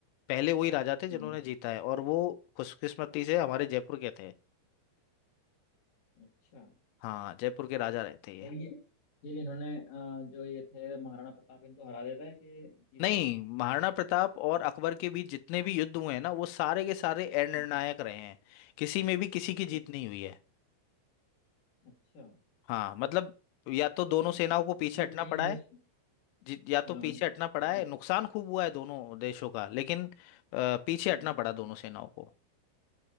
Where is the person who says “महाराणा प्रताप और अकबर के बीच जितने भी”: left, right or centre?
Left